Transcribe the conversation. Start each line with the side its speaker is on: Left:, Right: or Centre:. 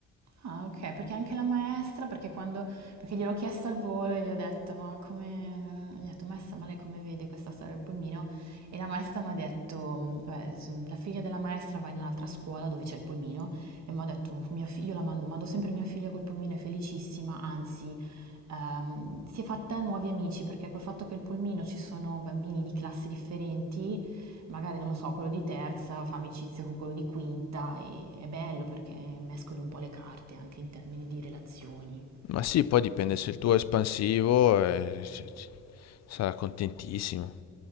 Right: Ah, ok, perché anche la maestra, perché quando... perché gliel'ho chiesto al volo e gli ho detto, ma come... gli ho detto, maestra, ma lei come vede questa storia del pulmino? E la maestra mi ha detto, "Mm, vabbè, s- la figlia della maestra va in un'altra scuola dove c'è il pulmino e mi ha detto, mia fi- io la mando, mando sempre mia figlia col pulmino, è felicissima, anzi... ehm, si è fatta nuovi amici perché col fatto che il pulmino ci sono bambini di classi differenti Magari, non lo so, quello di terza fa amicizia con quello di quinta e è bello perché mescoli un po' le carte anche in termini di relazioni.
Left: Ma sì, poi dipende se il tuo è espansivo, eh, c- c- sarà contentissimo.